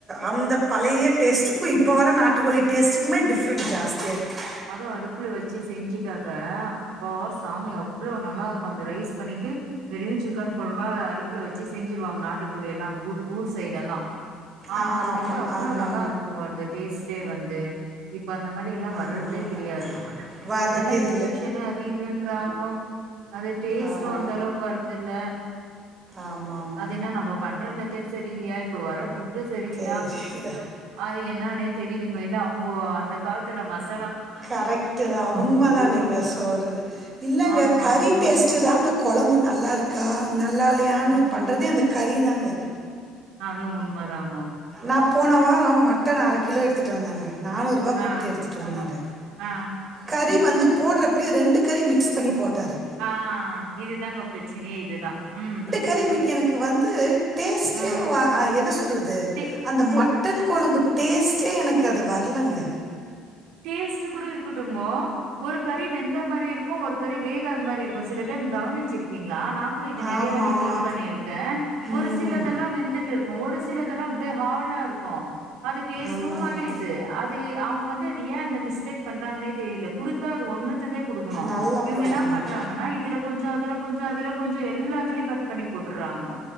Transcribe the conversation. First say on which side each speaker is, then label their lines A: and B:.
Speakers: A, on the right (about 25°); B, on the right (about 80°).
A: அந்த பழைய டேஸ்ட்டுக்கும் இப்ப வர நாட்டுக்கோழி டேஸ்டுக்குமே டிஃப்ரண்ட் ஜாஸ்தியா இருக்கு
B: அதுவும் அடுப்புல வச்சு செஞ்சுட்டாக்க அப்பா சாமி அவ்வளவு நல்லா இருக்கும் அந்த ரைஸ் பண்ணிட்டு வெறியும் சிக்கன் குழம்பா அடுப்புல வச்சு செஞ்சிருவாங்க நாட்டுக்கோழி எல்லாம் ஊர் ஊர் சைடு எல்லாம் ஆஹ்
A: ஆ ஆமா
B: அது வந்து அவ்வளவு
A: ஆமா
B: நல்லா
A: ஆமா
B: இருக்கும் உங்க அந்த டேஸ்ட்டே வந்து இப்ப அந்த மாதிரி எல்லாம் வரது
A: ஆமா
B: தே
A: ஆமா
B: கிடையாது
A: ஆமா வரதே
B: எல்லாம் இன்ஜெக்ஷனு
A: இல்ல
B: அது இதுன்ராங்கோ அது டேஸ்ட்
A: ஆமா
B: அந்த அளவுக்கு வருரதுல்ல
A: ஆமா ஆமா
B: என நம்ம பண்ற மெதட் சரி இல்லையா இப்போ வர ஃபுட்டு சரியிலையா
A: தெரியல
B: அது என்னானே தெரியலங்க இல்ல அவங்க அந்த காலத்துல மச
A: கரெக்ட் தான் உண்மைதான் நீங்க சொல்றது இல்லங்க
B: ஆமா
A: கறி டேஸ்ட்டு தாங்க குழம்பு நல்லா இருக்கா நல்லாலயான்னு
B: ம்
A: பண்றதே அந்த கறி தாங்க
B: அதுவும் உண்மை தாங்கோ
A: நான் போன வாரம் மட்டன் அரை கிலோ எடுத்துட்டு வந்தேங்க நானூறு ரூபா குடுத்து
B: ஆ
A: எடுத்துட்டு வந்தாங்க
B: ஆ
A: கறி வந்து போடுறப்பயே ரெண்டு கறி மிக்ஸ் பண்ணி போட்டாரு
B: ஆ இதுதாங்க பிரச்சனையே இதுதான் உம்
A: கரிமிக்கு எனக்கு வந்து டேஸ்ட்டே
B: ம்
A: வா என்ன சொல்கிறது
B: டே
A: மட்டன் கொழம்பு டேஸ்ட்டே எனக்கு அது வரலங்க
B: டேஸ்ட் கூட இருக்கட்டுங்கோ ஒரு கறி வெந்த மாரி இருக்கு ஒரு கறி வேகாத மாரி இருக்கு சில டைம் கவனிச்சு இருப்பீங்ளா நா கூட இது நெறய
A: ஆமா
B: வாட்டி
A: ஆமா
B: நோட் பண்ணிருக்க
A: ம்
B: ஒரு சிலதெல்லா வெந்து ட்டு இருக்கு ஒரு சிலதெல்லா அப்டியே ஹார்டாருக்கு அது டேஸ்ட்டு
A: ஆமா
B: மாறிருது
A: ஆமா
B: அது அவங்க வந்து அது ஏ அந்த மிஸ்டேக் பண்றாங்களே தெரில குடுத்தா அது ஒன்னுத்ததே குடுக்கணு
A: நல்லா
B: இவங்க
A: கொடுக்கணும்
B: என்ன பண்றாங்கன்னா இதுல கொஞ்சோ அதுல கொஞ்சோ அதுல கொஞ்சோ எல்லாத்துலயு கட் பண்ணி போட்டுறாங்கோ